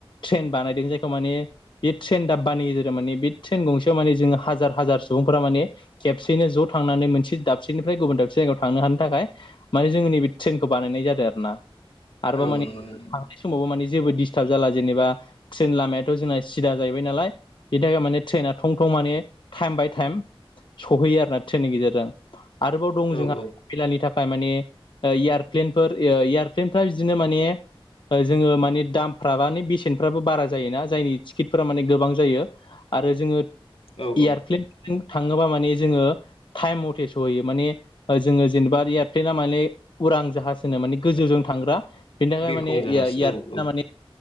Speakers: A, on the left; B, on the left.
A: ट्रेन बानायदों जायखौ माने बे ट्रेन दाब्बानि गेजेराव माने बे ट्रेन गंसेयाव माने जोङो हाजार हाजार सुबुंफोरा माने खेबसेयैनो ज' थांनानै मोनसे दाबसेनिफ्राय गुबुन दाबसे जायगायाव थांनो हानो थाखाय माने जोङो नैबे ट्रेनखौ बानायनाय जादों आरोना आरोबाव
B: औ
A: माने
B: नंगौ नोंथां
A: समावबो माने जेबो डिस्टार्ब जाला जेनेबा ट्रेन लामायाथ' जोंना सिदा जाहैबाय नालाय। बिनि थाखाय माने ट्रैना थं थं माने टाइम बाय टाइम सहैयो आरोना ट्रेननि गेजेरजों आरोबाव दं
B: औ
A: जोंहा
B: औ
A: खैलानि थाख खाय माने ओ एयारप्लेनफोर एयारप्लेनफ्रा बिदिनो माने ओ जोङो माने दामफ्राबाने बेसेनफ्राबो बारा जायोना जायनि टिकेटफोरा माने गोबां जायो। आरो जोङो
B: औ
A: एयारप्लेनजों
B: औ
A: थाङोबा माने जोङो। थाइम मथे सौहैयो माने ओ जोङो जेनेबा एयारप्लेना माने उरां जाहाज होनो माने गोजौजों थांग्रा। बेनि थाखाय
B: बिरखं
A: माने इया-इयारफ्लेना
B: जाहाज औ औ
A: माने